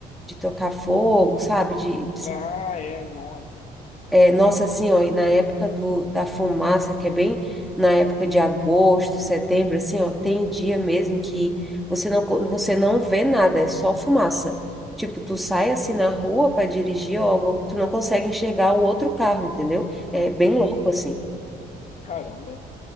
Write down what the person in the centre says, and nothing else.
de tocar fogo, sabe? De
é, nossa, assim, ó, e na época do, da fumaça, que é bem na época de agosto, setembro, assim, ó, tem dia mesmo que você não, co- você não vê nada, é só fumaça. Tipo, tu sai assim na rua para dirigir ou algo, tu não consegue enxergar o outro carro, entendeu?
É bem louco, assim.